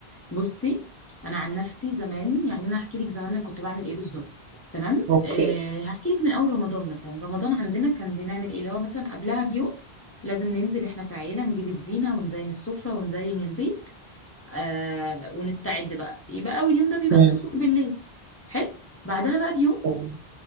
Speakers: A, on the left; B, on the right.
A: بصي انا عن نفسي زمان يعني انا هحكي لك زمان انا كنت بعمل ايه بالظبط تمام
B: اوكي
A: أه هحكي لك من اول رمضان مثلا رمضان عندنا كان بنعمل ايه اللي هو مثلا قبلها بيوم لازم ننزل احنا كعيله نجيب الزينه ونزين السفره ونزين البيت أه ونستعد بقى يبقى اول يوم ده بيبقى
B: مم.
A: السحور بالليل حلو بعدها بقى بيوم
B: مم.